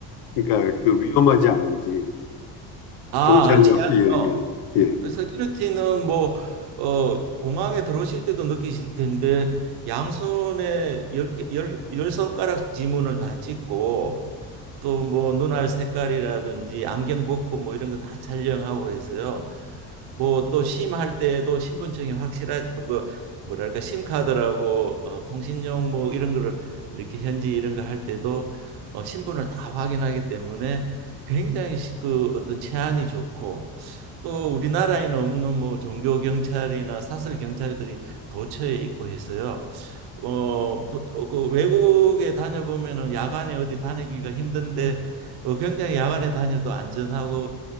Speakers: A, on the left; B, on the right.
A: 그러니까 그 위험하지 않은지
B: 아,
A: 경찰력
B: 해안요.
A: 예예 예, 예.
B: 세큐리티는 뭐 어, 공항에 들어오실 때도 느끼실 텐데 양손에 열, 개- 열, 열 손가락 지문을 다 찍고 또 뭐 눈알 색깔이라든지 안경 벗고 뭐 이런 거 다 촬영하고 해서요. 뭐 또 심할 때에도 신분증이 확실하지 그 뭐랄까 심카드라고 어, 통신용 뭐 이런 거를 이렇게 현지 이런 거 할 때도 어, 신분을 다 확인하기 때문에 굉장히 시- 그 어떤 치안이 좋고 또 우리나라에는 없는 뭐 종교 경찰이나 사설 경찰들이 도처에 있고 해서요. 어, 어, 그 외국에 다녀보면은 야간에 어디 다니기가 힘든데 어, 굉장히 야간에 다녀도 안전하고